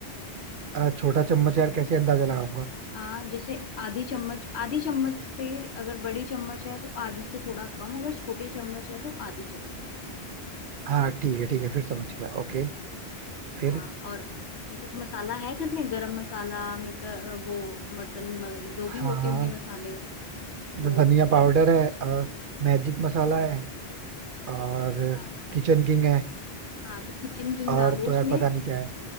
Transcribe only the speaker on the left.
आ, जैसे आधी चम्मच आधी चम्मच से अगर बड़ी चम्मच है तो आधी से थोड़ा कम अगर छोटी चम्मच है तो आधी चम्मच
हाँ और इसमें कुछ मसाला है घर में गरम मसाला मटर वो मटन म- जो भी
होते
होंगे मसाले
वो
कुछ है
अच्छा
हाँ तो किचन किंग
डालो
उसमें